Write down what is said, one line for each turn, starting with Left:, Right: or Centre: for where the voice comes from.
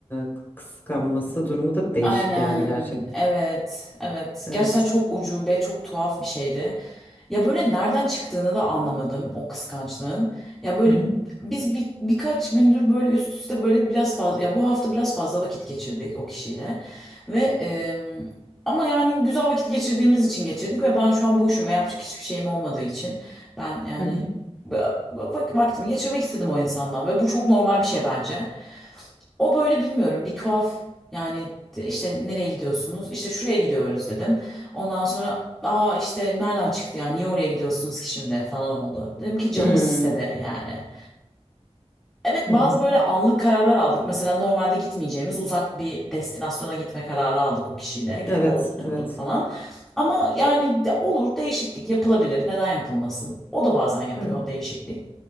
Left: e, kıskanması durumu da değişik
Centre: Aynen
Left: yani gerçekten.
Centre: evet evet
Left: Evet.
Centre: gerçekten çok ucube çok tuhaf bir şeydi. Ya böyle nereden çıktığını da anlamadım o kıskançlığın. Ya böyle
Left: Hı hı.
Centre: biz bir, birkaç gündür böyle üst üste böyle biraz fazla ya bu hafta biraz fazla vakit geçirdik o kişiyle. Ve em, ama yani güzel vakit geçirdiğimiz için geçirdik ve ben şu an boşum ve yapacak hiçbir şeyim olmadığı için ben yani
Left: Hı hı.
Centre: va- va- vaktimi geçirmek istedim o insandan ve bu çok normal bir şey bence. O böyle bilmiyorum bir tuhaf yani de- işte nereye gidiyorsunuz? İşte şuraya gidiyoruz dedim. Ondan sonra aa işte nereden çıktı ya niye oraya gidiyorsunuz ki şimdi falan oldu. Dedim ki canımız
Left: Hmm,
Centre: istedi yani. Evet
Left: Hı
Centre: bazı
Left: hı.
Centre: böyle anlık kararlar aldık. Mesela normalde gitmeyeceğimiz uzak bir destinasyona gitme kararı aldık o kişiyle. Gidip
Left: Evet,
Centre: orada oturduk
Left: evet.
Centre: falan. Ama yani de- olur değişiklik yapılabilir. Neden yapılmasın? O da bazen yapıyor
Left: Evet.
Centre: değişiklik.